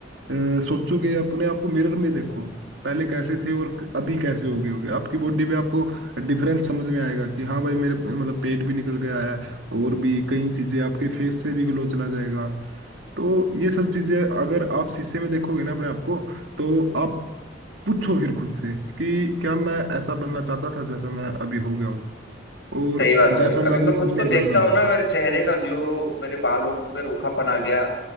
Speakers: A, on the right; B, on the left.
A: अ, सोचोगे अपने आप को मिरर में देखो पहले कैसे
B: हम्म।
A: थे और क- अभी कैसे हो गए होगे आपकी बॉडी पे आपको डिफरेंस समझ में आएगा कि हाँ भाई मेरे मतलब पेट भी निकल गया है और भी कई चीजें आपके फेस से भी ग्लो चला जाएगा तो ये सब चीजें अगर आप शीशे में देखोगे ना अपने आप को तो आप पूछो फिर खुद से कि क्या मैं ऐसा बनना चाहता था जैसा मैं अभी हो गया हूँ और
B: सही बात है
A: जैसा
B: भाई
A: मैं
B: अभी
A: अभी
B: मैं खुद
A: बनने
B: को देखता
A: जा रहा हूँ
B: हूँ ना मेरे चेहरे का ग्लो मेरे बालों पे रूखापन आ गया